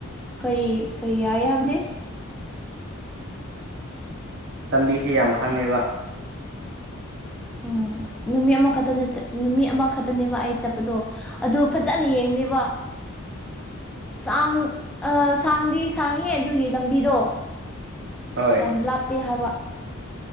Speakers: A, in the centre; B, on the right.
A: ꯀꯔꯤ ꯀꯔꯤ ꯌꯥꯏ ꯍꯥꯏꯕꯗꯤ
B: ꯂꯝꯕꯤꯁꯦ ꯌꯥꯝ ꯈꯪꯉꯦꯕ
A: ꯎꯝ ꯅꯨꯃꯤꯠ ꯑꯃꯈꯛꯇꯅꯦ ꯆꯠ ꯅꯨꯃꯤꯠ ꯑꯃꯈꯛꯇꯅꯦꯕ ꯑꯩ ꯆꯠꯕꯗꯣ ꯑꯗꯨ ꯐꯖꯅ ꯌꯦꯡꯕꯅꯦꯕ ꯁꯥꯡ ꯑ ꯁꯥꯡꯗꯤ ꯁꯥꯡꯉꯦ ꯑꯗꯨꯒꯤ ꯂꯝꯕꯤꯗꯣ
B: ꯍꯣꯏ
A: ꯌꯥꯝ ꯂꯥꯞꯄꯦ ꯍꯥꯏꯕ